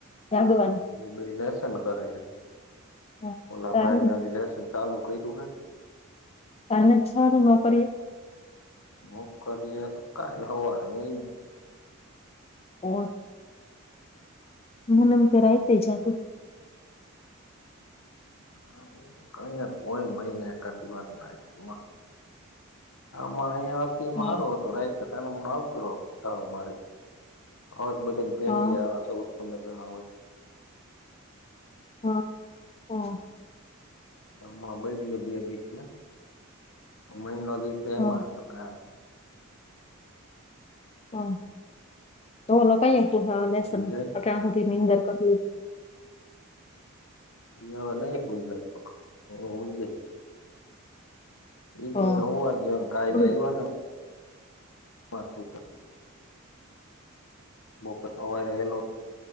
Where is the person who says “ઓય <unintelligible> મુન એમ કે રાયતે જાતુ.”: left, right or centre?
Left